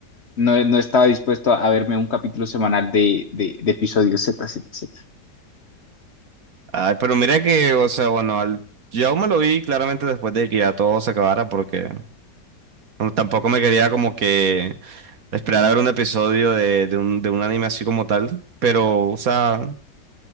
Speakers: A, on the left; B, on the right.
A: no, no estaba dispuesto a verme un capítulo semanal de, de, de episodios z Z, Z.
B: Ay, pero mira que, o sea, bueno, al- yo me lo vi claramente después de que ya todo se acabara porque no, tampoco me quería como que Esperar a ver un episodio de, de un, de un anime así como tal. Pero, o sea,